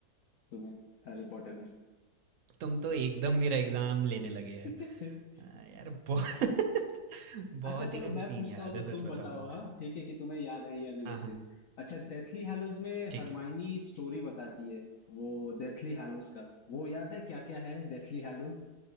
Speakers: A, on the left; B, on the right.
A: तुम्हें हैरी पॉटर में
B: तुम तो एकदम मेरा एग्ज़ाम लेने लगे यार
A: <laughs>
B: हाँ, यार बहु <laughs> बहुत
A: अच्छा चलो
B: ही कम
A: मैं
B: सीन
A: पूछता
B: याद
A: हूँ तो
B: है सच
A: तुम
B: बताऊँ
A: बताओ
B: तो।
A: हाँ ठीक है कि तुम्हें याद है या नहीं
B: हाँ,
A: ये सीन
B: हाँ,
A: अच्छा डेथली हैलोज में
B: ठीक
A: हरमाइनी
B: है।
A: स्टोरी बताती है वो डेथली हैलोज का वो याद है क्या क्या है डेथली हैलोज